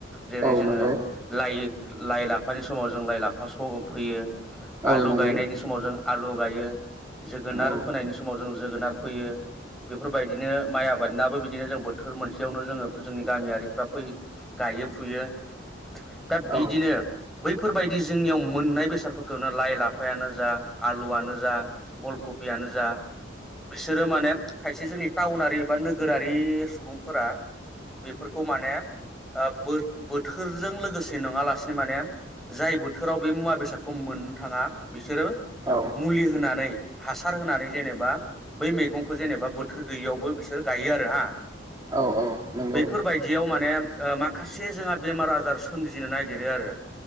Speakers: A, on the right (about 20°); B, in the centre.
A: औ
B: जेरै जोङो
A: नंगौ
B: लायो लाइ लाफानि समाव जों लाइ लाफा स फैयो
A: औ
B: आलु
A: नंगौ
B: गायनायनि समाव जों आलु गायो। जोगोनार
A: औ
B: फोनायनि समाव जों जोगोनार फैयो बेफोरबायदिनो माइ आबादनाबो बिदिनो जों बोथोर मोनसेयावनो जोङो जोंनि गामियारिफ्रा फै गायो। फुयो। दा बिदिनो
A: औ
B: बैफोरबायदि जोंनियाव मोननाय बेसादफोरखौनो लाइ लाफायानो जा आलुआनो जा अलखबियानो जा बिसोरो माने खायसे जोंनि टाउनारि बा नोगोरारि सुबुंफोरा बेफोरखौ माने ओ बो बोथोरजों लोगोसे नङालासिनो माने जाय बोथोराव बे मुवा बेसादखौ मोननो थाङा बिसोरो
A: औ
B: मुलि होनानै हासार होनानै जेनेबा बै मैगंखौ जेनेबा बोथोर गैयियावबो बिसोर गायो आरो हा
A: औ औ नंगौ
B: बैफोरबायदियाव माने ओ माखा से जोंहा बेमार आजार सोमजिनो नागिरो आरो।